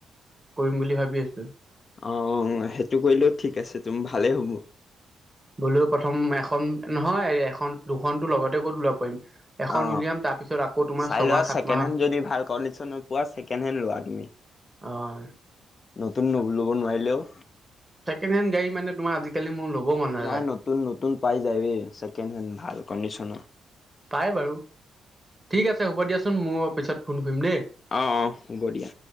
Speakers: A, on the right; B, on the left.
A: কৰিম বুলি ভাবি আছো।
B: অ, সেইটো কৰিলেও ঠিক আছে তুমি ভালেই হ'ব।
A: বোলেঅ প্ৰথম এখন নহয় এখন দুখনটো লগতে কৰি ল'ব পাৰিম। এখন
B: অ,
A: উলিয়াম তাৰ পিছত আকৌ তোমাৰ
B: চাই
A: ছমাহ
B: লোৱা
A: সাত
B: ছেকেণ্ড
A: মাহ
B: হেণ্ড যদি ভাল কণ্ডিশনত পোৱা ছেকেণ্ড হেণ্ড লোৱা তুমি।
A: অহ।
B: নতুন ল'ব নোৱাৰিলেও
A: ছেকেণ্ড হেণ্ড গাড়ী মানে তোমাৰ আজিকালি মোৰ ল'ব মন নাযায়
B: নাই নতুন নতুন পাই যাইয়ে ছেকেণ্ড হেণ্ড ভাল কণ্ডিশনৰ।
A: পাই বাৰু ঠিক আছে হ'ব দিয়াচোন মোৰ পিছত ফোন কৰিম দেই
B: অ অ হ'ব দিয়া।